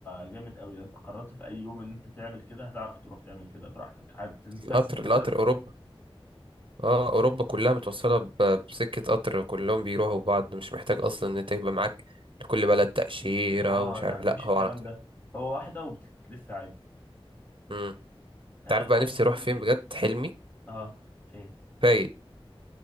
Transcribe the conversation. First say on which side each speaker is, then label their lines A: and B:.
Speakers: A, on the left; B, on the right.
A: جامد قوي لو انت قررت في اي يوم ان انت تعمل كده هتعرف تروح تعمل كده براحتك عايز تتفسح
B: القطر
A: مثلا
B: القطر اوروبا اه اوروبا كلها متوصله ب- بسكه قطر كلهم بيروحوا بعض مش محتاج اصلا ان انت يبقى معاك لكل بلد تاشيره
A: اه
B: ومش
A: لا
B: عارف
A: مفيش
B: لا
A: الكلام
B: هو على طول
A: ده هو واحده وبتلف عادي
B: امم انت
A: انا
B: عارف
A: بقى
B: بقى نفسي
A: نفسي-
B: اروح فين بجد حلمي
A: اه فين
B: فايد